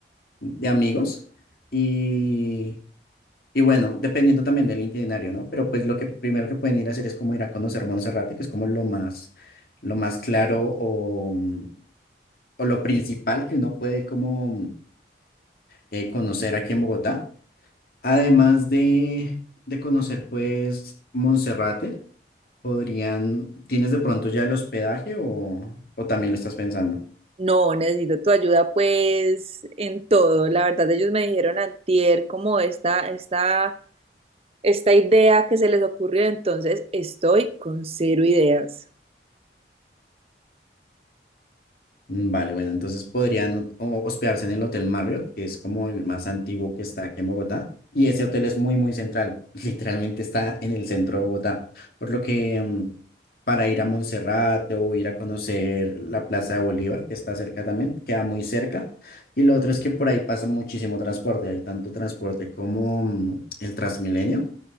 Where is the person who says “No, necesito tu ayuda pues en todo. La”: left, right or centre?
Right